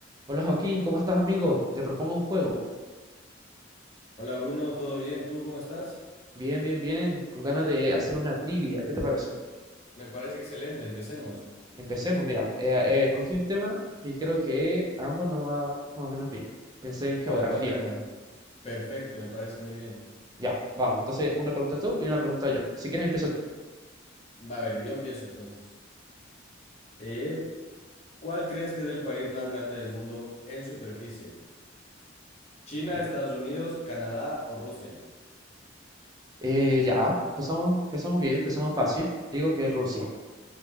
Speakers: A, on the right (about 20°); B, on the left (about 35°).
A: Hola Joaquín, ¿cómo estás amigo? Te propongo un juego.
B: Hola Bruno, ¿todo bien? ¿Tú cómo estás?
A: Bien, bien, bien, con ganas de hacer una trivia, ¿qué te parece?
B: Me parece excelente, empecemos.
A: Empecemos, mira, eh, eh, escogí un tema que creo que a ambos nos va más o menos bien. Pensé en
B: ¿Cuál,
A: geografía.
B: cuál tema? Perfecto, me parece muy bien.
A: Ya, vamos, entonces una pregunta tú y una pregunta yo. Si quieres empieza tú.
B: Va a ver, yo empiezo entonces. Eh, ¿cuál crees que es el país más grande del mundo en superficie? ¿China,
A: Ya,
B: Estados Unidos, Canadá o Rusia?
A: Eh, ya, empezamos, empezamos bien, empezamos fácil. Digo que es Rusia.